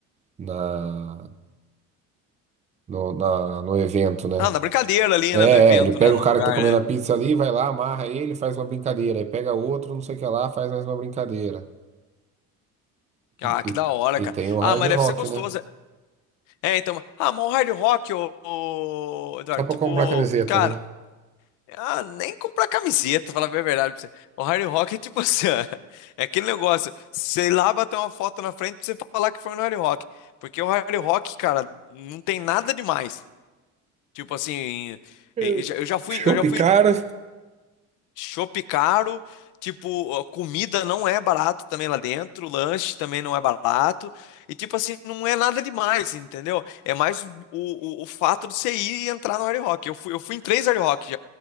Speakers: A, on the right; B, on the left.
A: na, no, na, no evento, né?
B: Ah, na brincadeira ali,
A: É,
B: né, no evento,
A: é, ele pega
B: né, no
A: o cara
B: lugar,
A: que tá comendo
B: né?
A: a pizza ali, vai lá, amarra ele, faz uma brincadeira. Aí pega outro, não sei o que lá, faz mais uma brincadeira.
B: Ah,
A: E,
B: que da hora, cara.
A: e tem o hard
B: Ah, mas deve
A: rock,
B: ser gostoso.
A: né?
B: É, então, ah, mas o hard rock, ô, ô, Eduardo,
A: Só pra
B: tipo,
A: comprar camiseta,
B: cara.
A: né?
B: Ah, nem comprar camiseta, falar bem a verdade pra você. O Hard Rock é tipo assim, ó, <laughs> é aquele negócio, sei lá, bater uma foto na frente pra você
A: <laughs>
B: falar que foi no Hard Rock. Porque o Hard Rock, cara, não tem nada demais. Tipo assim,
A: Eu-
B: eu já eu já fui,
A: Chopp
B: eu já fui
A: caro?
B: em shopping caro, tipo, a comida não é barato também lá dentro, o lanche também não é barato. E tipo assim, não é nada demais, entendeu? É mais o, o, o fato de você ir e entrar no Hard Rock. Eu fui, eu fui em três Hard Rock